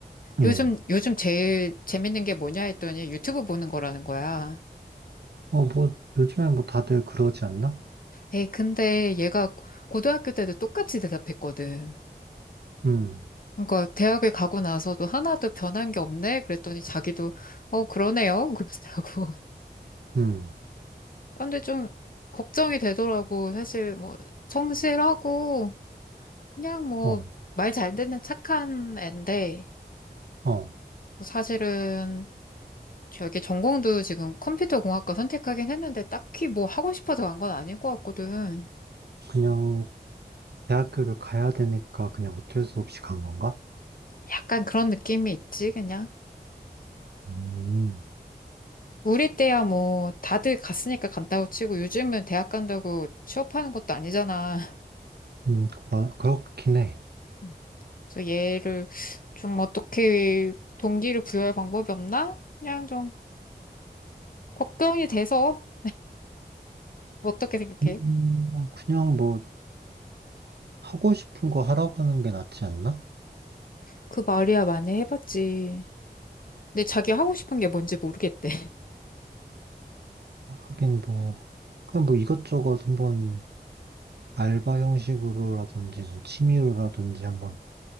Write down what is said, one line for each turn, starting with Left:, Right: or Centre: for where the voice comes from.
Right: 음.
Left: 요즘, 요즘 제일 재밌는 게 뭐냐 했더니 유튜브 보는 거라는 거야.
Right: 어, 뭐, 요즘에 뭐 다들 그러지 않나?
Left: 에이, 근데 얘가 고등학교 때도 똑같이 대답했거든.
Right: 음,
Left: 그러니까 대학을 가고 나서도 하나도 변한 게 없네? 그랬더니 자기도 어 그러네요. 그러더라고. <laughs>
Right: 음,
Left: 근데 좀 걱정이 되더라고. 사실 뭐 성실하고 그냥 뭐
Right: 어,
Left: 말 잘 듣는 착한 애인데
Right: 어.
Left: 뭐 사실은 저기 전공도 지금 컴퓨터공학과 선택하긴 했는데 딱히 뭐 하고 싶어서 간 건 아닐 것 같거든.
Right: 그냥 대학교를 가야 되니까 그냥 어쩔 수 없이 간 건가?
Left: 약간 그런 느낌이 있지 그냥.
Right: 음,
Left: 우리 때야 뭐 다들 갔으니까 간다고 치고 요즘은 대학 간다고 취업하는 것도 아니잖아.
Right: 음, 어, 그렇긴 해.
Left: <laughs> 그래서 얘를 좀 어떻게 동기를 부여할 방법이 없나? 그냥 좀 걱정이 돼서 어떻게 생각해?
Right: 음, 그냥 뭐, 하고 싶은 거 하라고 하는 게 낫지 않나?
Left: 그 말이야 많이 해봤지. 근데 자기 하고 싶은 게 뭔지 모르겠대. <laughs>
Right: 하긴 뭐, 그냥 뭐 이것저것 한번 알바 형식으로라든지 뭐 취미로라든지 한번